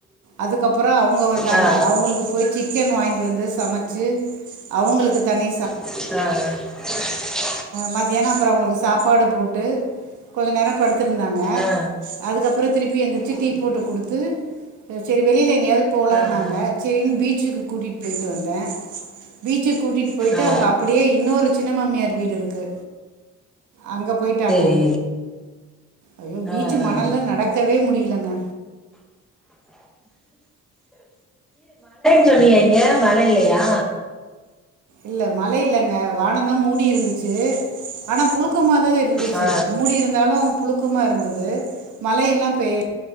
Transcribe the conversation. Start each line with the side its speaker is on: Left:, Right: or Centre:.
Right: அதுக்கப்புறம் அவங்க வந்தாங்க
Centre: ஆ
Right: அவங்களுக்கு போய் சிக்கன் வாங்கிட்டு வந்து சமைச்ச ச்சு அவங்களுக்கு தனி
Centre: ஆஹ்
Right: மதியியானம் அப்புறம் அவங்களுக்கு சாப்பாடு போட்டு கொஞ்சம் நேரம் படுடுத்திருந்தாங்க
Centre: ஆ
Right: அதுக்கப்புறம் திருப்பி எழுந்திரச்சு
Centre: சரி
Right: டீ போட்டு கொடுத்து சரி வெளியில எங்கேயாவது போகலாம்
Centre: ஆ ஆ
Right: நாங்க சரின்னு பீச்சுக்கு கூட்டிட்டு போயிட்டு வந்தேன் பீச்சு கூட்டிட்டு போயிட்டு
Centre: ஆ ஆ
Right: அவங்க அப்படியே இன்னொரு சின்ன மாமியார் வீடு இருக்கு அங்கே போயிட்டாங்க
Centre: சரி
Right: ஐயோ பீச்சு
Centre: ஆ
Right: மணல்ல
Centre: ஆ
Right: நடக்கவே முடியலங்க
Centre: சொன்னியன் இங்க மழை இல்லையா
Right: இல்ல மழை இல்லங்க வானந்தான் மூடி இருந்துச்சு ஆனா புழுக்கமாதான் இருந்துச்சு
Centre: ஆ ஆ
Right: மூடி இருந்தாலும் புழுக்கமா இருந்தது மழைய எல்லாம் பெய்யல